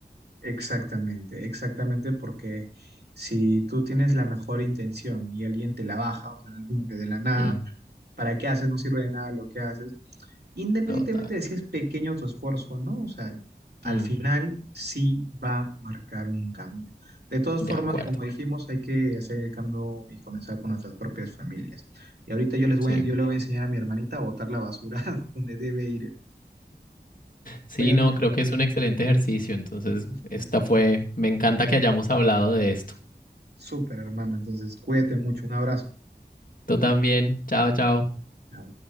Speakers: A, on the right; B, on the left.
A: Exactamente, exactamente, porque si tú tienes la mejor intención y alguien te la baja, o sea, como que de la nada,
B: Mm,
A: ¿para qué haces? No sirve de nada lo que haces. Independientemente
B: total.
A: de si es pequeño tu esfuerzo o no, o sea, al
B: Mm,
A: final sí va a marcar un cambio. De todas
B: de
A: formas,
B: acuerdo.
A: como dijimos, hay que hacer el cambio y comenzar con nuestras propias familias. Y ahorita yo les voy
B: Sí.
A: a, yo le voy a enseñar a mi hermanita a botar la basura <laughs> donde debe ir.
B: Sí,
A: Oye, amigas.
B: no, creo que es un excelente ejercicio. Entonces,
A: Ujú.
B: esta fue, me encanta que hayamos hablado de esto.
A: <laughs> Súper, hermano. Entonces, cuídate mucho. Un abrazo.
B: Tú también. Chao, chao.
A: Ya.